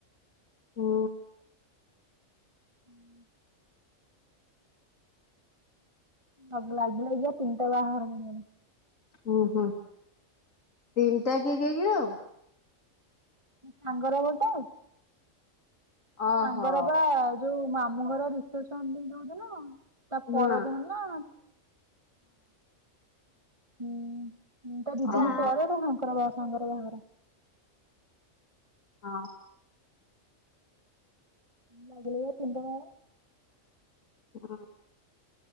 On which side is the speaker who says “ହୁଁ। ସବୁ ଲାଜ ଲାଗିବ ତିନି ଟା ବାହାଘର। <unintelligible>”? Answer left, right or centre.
Right